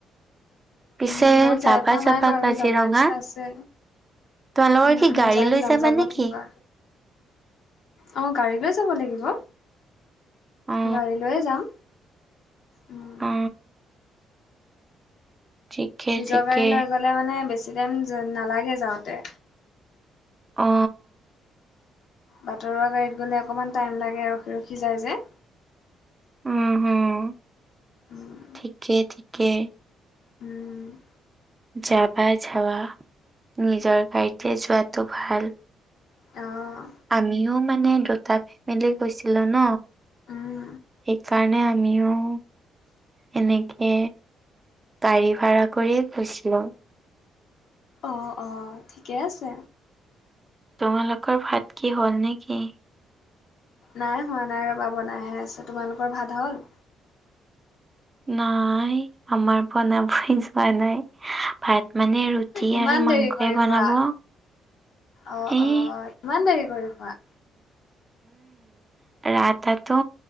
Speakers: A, on the right (about 20°); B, on the left (about 70°).
A: পিছে
B: উ মই যাই
A: যাবা
B: পোৱা
A: যাবা
B: নাই বাৰু
A: কাজিৰঙা
B: যাব ইচ্ছা আছে
A: তোমালোকৰ
B: উম
A: কি
B: উম
A: গাড়ী
B: যাম
A: লৈ
B: যাম
A: যাবা
B: যাব
A: নেকি
B: লাগিবা অ গাড়ী লৈ যাব লাগিব
A: অ
B: গাড়ী লৈয়ে যাম উম,
A: অ ঠিকে
B: নিজৰ
A: ঠিকে
B: গাড়ী লৈ গলে মানে বেছি টাইম যে নালাগে যাওঁতে
A: অ
B: বাটৰুৱা গাড়ীত গ'লে অকমান টাইম লাগে আৰু, ৰখি, ৰখি যাই যে।
A: উম, উম,
B: উম।
A: ঠিকে, ঠিকে।
B: উম,
A: যাবা ঝাবা, নিজৰ গাড়ীতে যোৱাটো ভাল।
B: অ'।
A: আমিও মানে দুটা ফেমিলি গৈছিলো ন।
B: উম,
A: সেইকাৰণে আমিও এনেকে গাড়ী ভাভ়া কৰিয়ে গৈছিলো
B: অ', অ', ঠিকে আছে
A: তোমালোকৰ ভাত কি হ'ল নে কি
B: নাই হোৱা নাই ৰবা বনাইহে আছে তোমালোকৰ ভাত হল
A: নাই আমাৰ বনাবই যোৱা নাই ভাত মানে ৰুট টি
B: ইমান
A: আৰু
B: দেৰি
A: মাংসই
B: কৰি
A: বনাব
B: খোৱা? অ
A: এই
B: অ ইমান দেৰি কৰি খোৱা
A: ৰা তটো